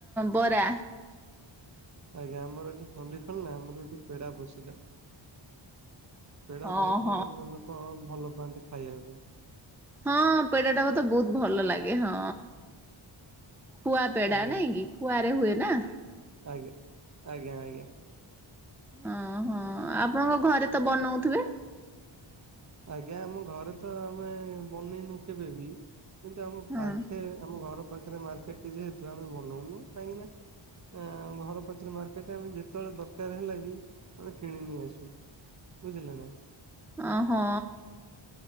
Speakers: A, in the centre; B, on the right (about 35°).
A: ବରା
B: ଆଜ୍ଞା ଆମର ଏଠି ଚଣ୍ଡିଖୋଲ ନା ଆମର ଏଠି ପେଡା ପ୍ରସିଦ୍ଧ। ପେଡା ବୋହୁତ
A: ଓହୋ
B: ମାତ୍ରାରେ <unintelligible> ଲୋକ ଭଲ ପାଆନ୍ତି ଖାଇବା ପାଇଁ।
A: ହଁ ପେଡ଼ାଟା ମତେ ବୋହୁତ ଭଲ ଲାଗେ ହଁ। ଖୁଆପେଡା
B: ଆଜ୍ଞା।
A: ନାଇଁ କିି ଖୁଆରେ ହୁଏ ନା।
B: ଆଜ୍ଞା ଆଜ୍ଞା ଆଜ୍ଞା।
A: ଅହଁ ଆପଣଙ୍କ ଘରେ ତ ବନୋଉଥିବେ।
B: ଆଜ୍ଞା ଆମ ଘରେ ତ ଆମେ ବନେଇନୁ କେବେ ବି। କିନ୍ତୁ ଆମ
A: ହଁ
B: ପାଖେ ଆମ ଘର ପାଖରେ ମାର୍କେଟ ଟି ଯେହେତୁ ଆମେ ବନୋଉନୁ କାହିଁକି ନା ଆଁ ଘର ପାଖେରେ ମାର୍କେଟ ଆମେ ଯେତୋବୋଳେ ଦରକାର ହେଲା ବି ଆମେ କିଣିନେଇ ଆସୁ। ବୁଝିଲ ନା।
A: ଅହଁ।